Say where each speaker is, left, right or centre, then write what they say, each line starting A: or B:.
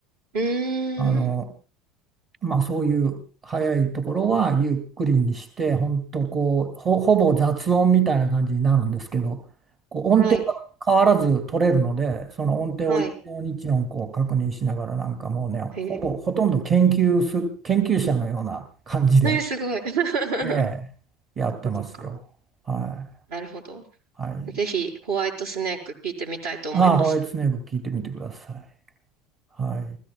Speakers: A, on the right; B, on the right.
A: うーん。
B: あの、まあ、そういう速いところはゆっくりにして、本当こう、ほ、ほぼ雑音みたいな感じになるんですけど、こう音程が変わらず取れるので、
A: はい。
B: その音程を一音一音こう確認しながら、
A: はい。
B: なんかもうね、ほぼ、
A: え
B: ほとんど研究す、研究者のような感じで。
A: ー、えーすごい。<laughs>
B: ええ、やってますよ。
A: そっかそっか。
B: は
A: なるほど。
B: い。はい。
A: ぜひ、ホワイトスネーク聞いてみたいと思います。
B: ああ、ホワイトスネーク聞いてみてください。はい。